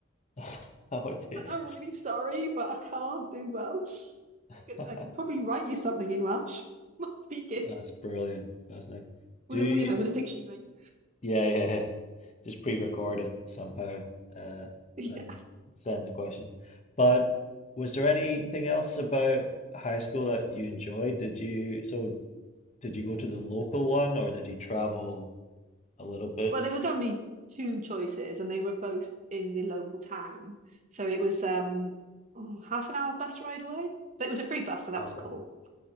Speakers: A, on the left (about 35°); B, on the right (about 40°).
A: <laughs> Oh
B: I was
A: dear.
B: like, I'm really sorry, but I can't do Welsh. I
A: <laughs>
B: could, I could probably write you something in Welsh. <laughs> Must be gifts
A: That's brilliant. Fascinating.
B: With
A: Do you,
B: a, you know, with a dictionary. <laughs>
A: yeah, yeah, yeah. Just pre-record it somehow, uh,
B: Yeah.
A: and send the questions. But was there anything else about high school that you enjoyed? Did you, so did you go to the local one or did you travel a little bit?
B: Well, there was only two choices, and they were both in the local town. So it was um oh, half an hour bus ride away, but it was a free bus, so that
A: Okay.
B: was cool.